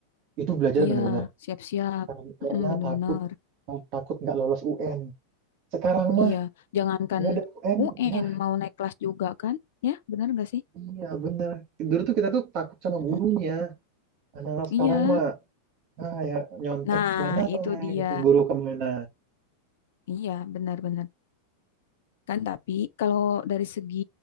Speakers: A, on the right; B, on the left.
A: itu belajar
B: iya
A: bener-bener
B: siap-siap
A: Kar- karena
B: mm bener-bener
A: takut takut nggak lolos UN. Sekarang mah
B: iya jangankan
A: nggak ada UN,
B: UN
A: ya
B: mau naik kelas juga kan ya bener nggak sih
A: iya bener. Dulu tuh kita tuh takut sama
B: Mm-mm.
A: gurunya. Anak-anak
B: Iya,
A: sekarang mah ah ya nyontek
B: Nah,
A: mananya
B: itu dia.
A: gitu guru kemana
B: Iya, benar-benar. Kan tapi kalau dari segi